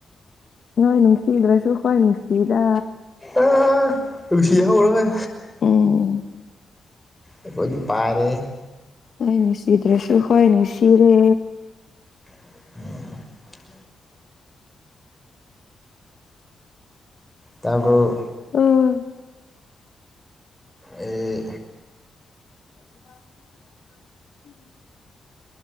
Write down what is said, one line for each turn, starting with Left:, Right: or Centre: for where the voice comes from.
Left: ꯅꯣꯏ ꯅꯨꯡꯁꯤꯗ꯭ꯔꯁꯨ ꯍ꯭ꯋꯥꯣꯏ ꯅꯨꯡꯁꯤꯗ
Centre: ꯑ ꯔꯨꯁꯤ ꯍꯧꯔ ꯍꯣꯏ
Left: ꯎꯝ
Centre: ꯑꯩꯈꯣꯏꯗꯤ ꯄꯥꯔꯦ
Left: ꯍꯣꯏ ꯅꯨꯡꯁꯤꯗ꯭ꯔꯁꯨ ꯍꯣꯏ ꯅꯨꯡꯁꯤꯔꯦ
Centre: <inaudible> ꯇꯥꯕꯨꯔꯣ
Left: ꯎꯝ
Centre: ꯑꯦ
Left: <inaudible>